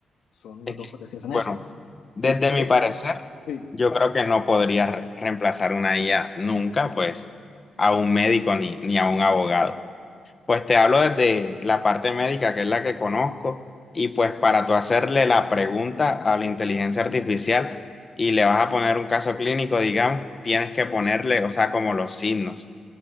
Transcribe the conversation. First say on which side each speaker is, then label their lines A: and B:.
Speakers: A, on the left; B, on the left.
A: Son
B: Es
A: las dos
B: que,
A: parecidas en
B: bueno,
A: eso.
B: desde
A: Ustedes,
B: mi parecer,
A: sí,
B: yo creo que no podría re- reemplazar una IA nunca, pues, a un médico ni, ni a un abogado. Pues te hablo desde la parte médica, que es la que conozco, y pues para tú hacerle la pregunta a la inteligencia artificial y le vas a poner un caso clínico, digamos, tienes que ponerle, o sea, como los signos